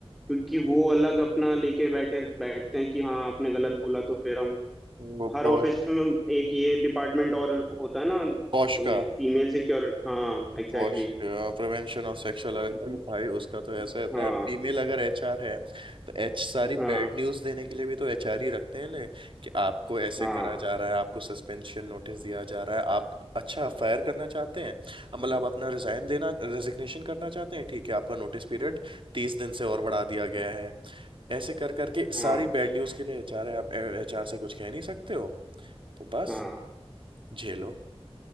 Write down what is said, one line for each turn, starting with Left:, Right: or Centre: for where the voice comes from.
Centre: क्योंकि वो अलग अपना लेके बैठे बैठते हैं कि हाँ आपने गलत बोला तो फिर हम
Right: वो
Centre: हर
Right: पौश
Centre: ऑफिस में एक ये डिपार्टमेंट और होता है ना
Right: पौश
Centre: ये
Right: का
Centre: फीमेल सिक्योर हाँ एग्जैक्टली
Right: पहुंच प्रिवेंशन ऑफ सेक्सुअल अवेलेबल भाई उसका तो ऐसा
Centre: exactly,
Right: रहता
Centre: हाँ
Right: है फीमेल अगर एचआर है तो एच सारी
Centre: हाँ
Right: बैड न्यूज देने के लिए भी तो एचआर ही रखते हैं ले कि आपको ऐसे
Centre: हाँ
Right: करा जा रहा है आपको सस्पेंशन नोटिस दिया जा रहा है आप अच्छा फायर करना चाहते हैं अब मतलब आप अपना रिजाइन देना रेजिग्नेशन करना चाहते हैं ठीक है आपका नोटिस पीरियड तीस दिन से और बढ़ा दिया गया है ऐसे कर करके सारी
Centre: हाँ
Right: बैड न्यूज के लिए एचआर है आप एचआर से कुछ कह नहीं सकते हो तो बस
Centre: हाँ
Right: झेलो